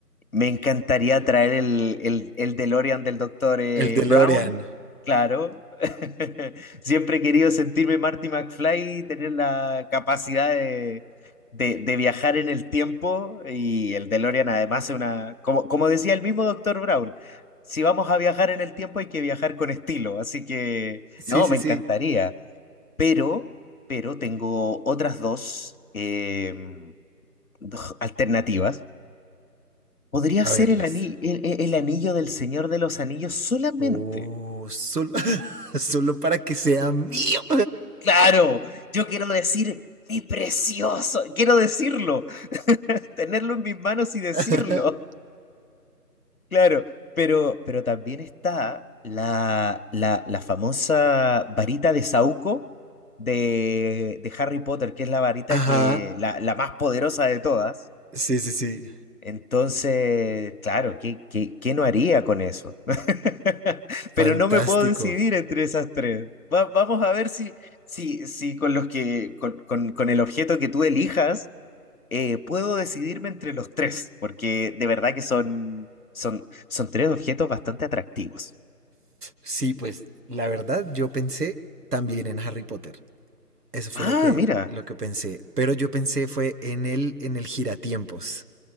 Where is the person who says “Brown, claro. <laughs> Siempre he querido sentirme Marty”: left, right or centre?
Left